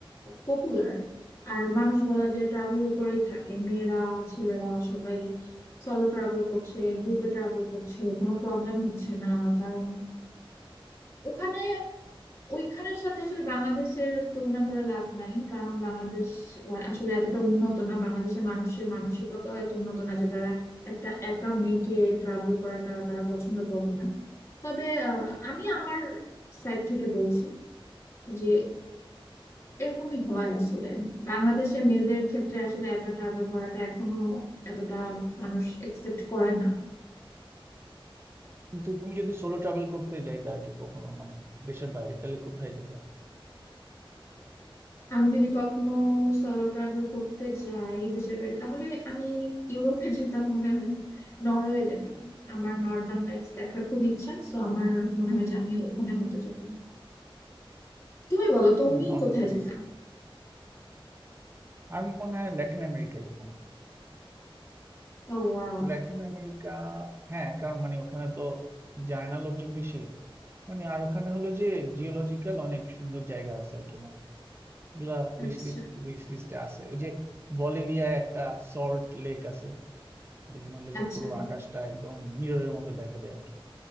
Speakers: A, on the left (about 30°); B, on the right (about 25°).
A: পপুলার আর মানুষ বলা যায় ট্রাভেলের উপরেই থাকে মেয়েরা ছেলেরা সবাই সলো ট্রাভেল করছে গ্রুপে ট্রাভেল করছে কোনো প্রবলেম হচ্ছে না কারণ ওখানে ওইখানের সাথে আসলে বাংলাদেশের তুলনা করে লাভ নাই কারণ বাংলাদেশ আহ, আসলে এতটা উন্নত না বাংলাদেশের মানুষের মানসিকতাও এত উন্নত না যে তারা একটা একা মেয়েকে ট্রাভেল করাটা তারা পছন্দ করবে না তবে আহ, আমি আমার সাইড থেকে বলছি যে এরকমই হয় আসলে বাংলাদেশের মেয়েদের ক্ষেত্রে আসলে একা ট্রাভেল করাটা এখনো এতটা মানুষ একসেপ্ট করে না
B: কিন্তু তুমি যদি সোলো ট্রাভেল করতে যাইতে আর কি কখনো মানে দেশের বাইরে তাহলে কোথায় যেতে
A: আমি যদি কখনো সলো ট্রাভেল করতে যাই দেশের বাইরে তাহলে আমি ইউরোপে যেতাম মনে হয় নরওয়ে যেতাম আমার নর্দার্ন লাইটস দেখার খুব ইচ্ছা তো আমার মনে হয় যে আমি ওখানে হয়তো যেতাম তুমি বলো তুমি
B: Northern
A: কোথায়
B: lights
A: যেতাম
B: আর মনে হয় ল্যাটিন আমেরিকা যেতাম
A: ও ওয়াও
B: Latin America হ্যাঁ কারণ মানে ওখানে তো যায় না লোকজন বেশি মানে আর ওখানে হলো যে জিওলজিক্যাল অনেক সুন্দর জায়গা আছে আর কি আমার এগুলা উইশ
A: আচ্ছা
B: লিস্ট উইশ লিস্টে আছে ওই যে বলিভিয়ায় একটা সল্ট লেক আছে যেখানে হলো
A: আচ্ছা
B: যে পুরো আকাশটা একদম মিররের মতো দেখা যায় আর কি